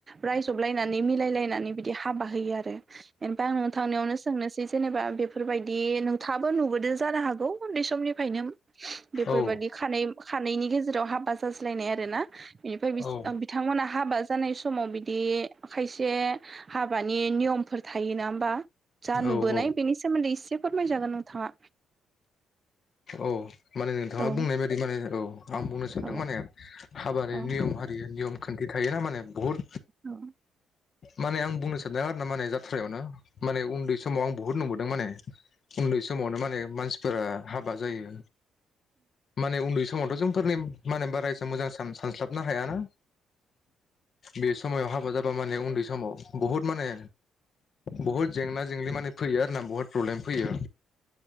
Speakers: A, on the right; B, on the left.
A: रायजबलायनानै मिलायलायनानै बिदि हाबा होयो आरो <inaudible> ओमफाय आं नोंथांनियावनो सोंनोसै जेनेबा बेफोरबायदि नोंथाङाबो नुबोदों जानो हागौ उन्दै समनिफ्रायनो बेफोरबादि
B: औ
A: खानै खानैनि गेजेराव हाबा बा जाज्लायनाय आरो ना बेनिफ्राय
B: औ
A: बिथांमोना हाबा जानाय समाव बिदि खायसे हाबानि नियम फोर थायो ना होमबा जा
B: औ औ
A: नुबोनाय बेनि सोमोन्दै एसे फोरमायजागोन नोंथाङा
B: औ माने नोंथाङा
A: औ
B: बुंनाय बायदि माने औ आं बुंनो सानदों
A: औ
B: माने हाबानि
A: औ
B: नियम हारि नियम खान्थि थायो ना माने बहुद
A: औ
B: माने आं बुंनो सानदों आरो ना माने जात्रायावनो माने उन्दै समाव आं बुहुद नुबोदों माने उन्दै समावनो माने मानसि फोर हाबा जायो माने उन्दै स समावथ जोंफोरनि माने बारा एसां मोजां सान सानस्लाबनो हायाना बे समाव हाबा जाबा माने उन्दै समाव बुहुद माने बुहुत जेंना जेंलि माने फैयो आरो ना बुहुत प्रब्लेम फैयो।